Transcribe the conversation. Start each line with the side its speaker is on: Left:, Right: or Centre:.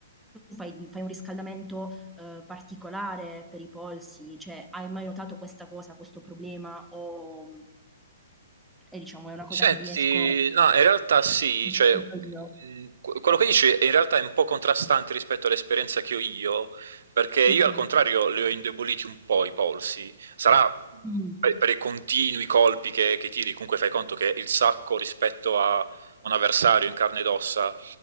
Centre: tu fai, fai un riscaldamento uhm, particolare per i polsi? Cioè, hai mai notato questa cosa, questo problema o è diciamo è una cosa
Right: Senti,
Centre: che riesco
Right: no, in realtà sì,
Centre: che
Right: cioè,
Centre: sento
Right: mh,
Centre: io?
Right: que- quello che dici è in realtà è un po' contrastante rispetto all'esperienza che ho io, perché io
Centre: Okay.
Right: al contrario li ho indeboliti un po' i polsi. Sarà mh,
Centre: Mh.
Right: per, per i continui colpi che, che tiri, comunque fai conto che il sacco rispetto a un avversario in carne ed ossa